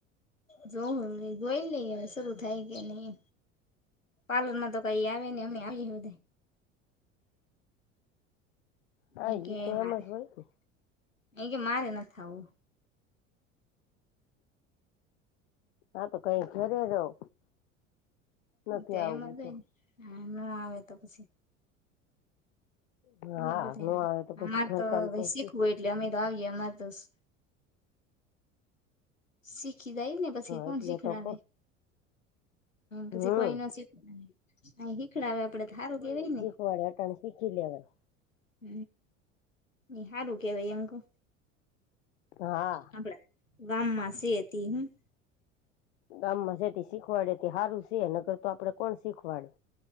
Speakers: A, on the left; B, on the left.
A: જોવું જોઈ લઈએ હવે શરૂ થાય કે નહી પાર્લરમાં તો કઈ આવે ને અમને આવી
B: હા
A: એ કે
B: ઈ તો
A: મારે
B: એમ જ હોય ને
A: એ કે મારે ન થ આવું
B: હા તો કઈ ઘેરે રયો નથી
A: તો
B: આવવું
A: એમાં
B: તો
A: હા ન આવે તો પછી
B: હા
A: અમાર બધું
B: ન આવે તો પછી
A: અમાર
B: ઘરકામ
A: તો શીખવું
B: હ
A: એટલે અમે તો આવીએ અમાર તો શી શીખી જાય ને પછી કોણ
B: એટલે
A: શીખડાવે
B: તો કો હમ
A: પછી કોઈ ન શીખ શીખવાડે તો હારુ કહેવાય ને
B: કુંવરે અટાણે શીખી લેવાય
A: હ એમ સારું કેવાય એમ કવ
B: હા
A: આપણે ગામમાં છીએ તે હું
B: ગામમાં જેથી શીખવાડે સારું છેને અગર તો આપડે કોણ શીખવાડે